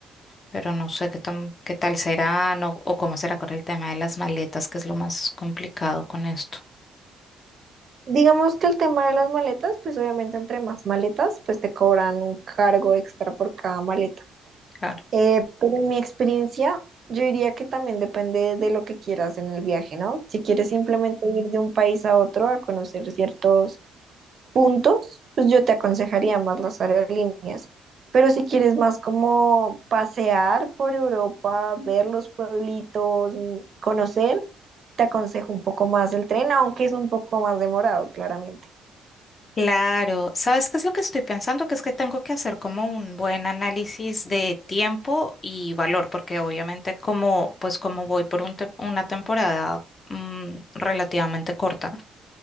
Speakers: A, on the left (about 25°); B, on the right (about 35°).
A: pero no sé qué tan, qué tal serán o, o cómo será con el tema de las maletas, que es lo más complicado con esto.
B: Digamos que el tema de las maletas, pues obviamente entre más maletas, pues te cobran un cargo extra por cada maleta.
A: Claro.
B: Eh, pero en mi experiencia, yo diría que también depende de lo que quieras en el viaje, ¿no? Si quieres simplemente ir de un país a otro a conocer ciertos puntos, pues yo te aconsejaría más las aerolíneas. Pero si quieres más como pasear por Europa, ver los pueblitos, mm, conocer, te aconsejo un poco más el tren, aunque es un poco más demorado, claramente.
A: Claro, ¿sabes qué es lo que estoy pensando? Que es que tengo que hacer como un buen análisis de tiempo y valor, porque obviamente como, pues como voy por un te- una temporada mm, relativamente corta,